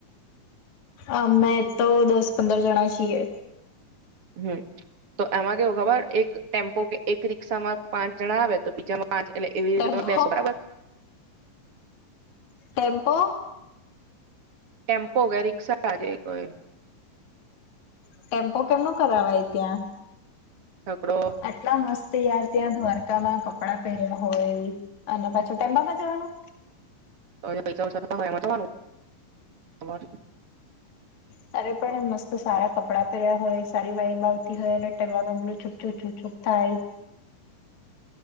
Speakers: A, on the left; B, on the right.
A: અમે તો દસ પંદર જણા છીએ.
B: હમ્મ, તો આમાં કેવ ખબર એક ટેમ્પો કે એક રિક્ષામાં પાંચ જણા આવે તો બીજામાં પાંચ એટલે એવી
A: ટેમ્પો
B: રીતે તમે બેસો બરાબર.
A: ટેમ્પો.
B: ટેમ્પો કે રિક્ષા જે હોય.
A: ટેમ્પો કેમનો કરાવાય. ત્યાં
B: છકડો
A: આટલા મસ્ત તયાર ત્યાં દ્વારકામાં કપડા પહેર્યા હોય અને પાછો તેમના બા જવાના.
B: તમે પૈસા ઓછા થતા હોય એમાં જવાનું, તમાર.
A: ત્યારે પણ મસ્ત સારા કપડાં પહેર્યા હોય સારી વાઈબ આવતી હોય અને ટેવા મામલો છૂપછુપ છૂપછૂપ થાય.